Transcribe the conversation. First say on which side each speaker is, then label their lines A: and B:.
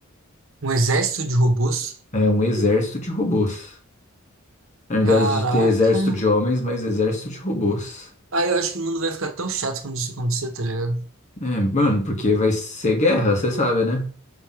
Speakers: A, on the right; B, on the left.
A: Um exército de robôs?
B: É, um exército de robôs. Ao invés
A: Caraca.
B: de ter exército de homens, mas exército de robôs.
A: Ah, eu acho que o mundo vai ficar tão chato quando isso acontecer, tá ligado?
B: É, mano, porque vai ser guerra, você sabe, né?